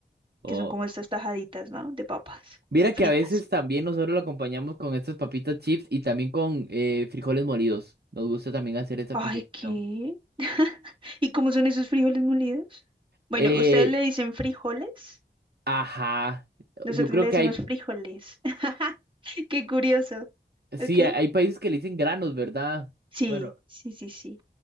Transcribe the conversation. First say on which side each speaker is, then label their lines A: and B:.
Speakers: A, on the right; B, on the right.
A: O
B: que son como estas tajaditas, ¿no? De papas
A: mira
B: fritas.
A: que a veces también nosotros lo acompañamos con estas papitas chips y también con eh, frijoles molidos. Nos gusta también hacer esa
B: Ay,
A: combinación.
B: ¿qué? <laughs> ¿Y cómo son esos frijoles molidos? Bueno,
A: Eh,
B: ustedes le dicen frijoles,
A: Ajá,
B: nosotros
A: yo creo
B: le
A: que
B: decimos
A: hay,
B: frijoles. <laughs> Qué curioso.
A: sí,
B: ¿Ok?
A: hay hay países que le dicen granos, ¿verdad?
B: Sí,
A: Bueno,
B: sí, sí, sí.